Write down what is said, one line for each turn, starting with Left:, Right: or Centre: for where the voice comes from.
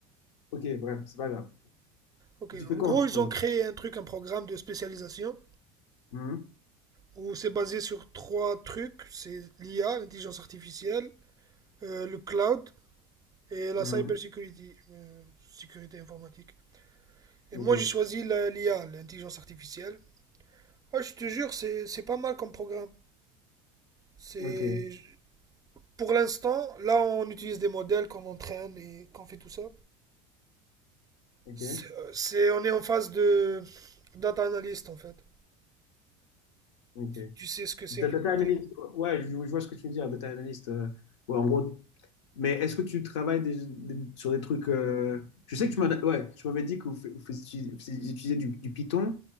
Left: Ok, bref, c'est pas grave.
Right: Ok,
Left: Tu fais
Right: en
Left: quoi
Right: gros,
Left: en ce
Right: ils
Left: moment?
Right: ont créé un truc, un programme de spécialisation
Left: Mhm,
Right: où c'est basé sur trois trucs. C'est l'IA, l'intelligence artificielle, euh, le cloud et la
Left: mhm,
Right: cybersecurity, euh, sécurité informatique.
Left: Ok,
Right: Et moi, j'ai choisi la- l'IA, l'intelligence artificielle. Ah, je te jure, c'est c'est pas mal comme programme. C'est
Left: ok,
Right: pour l'instant, là, on utilise des modèles qu'on entraîne et qu'on fait tout ça.
Left: ok,
Right: C'est, euh, c'est- on est en phase de data analyst en fait.
Left: ok.
Right: Tu sais ce que c'est
Left: Data
Right: à peu Python
Left: analyst, ouais, je, je vois ce que tu veux dire, data analyst. euh, ouais, en gros. Mais est-ce que tu travailles des- des- sur des trucs euh, Je sais que tu m'en as- ouais, tu m'avais dit que vous, fais- vous fais- vous fais- du, du Python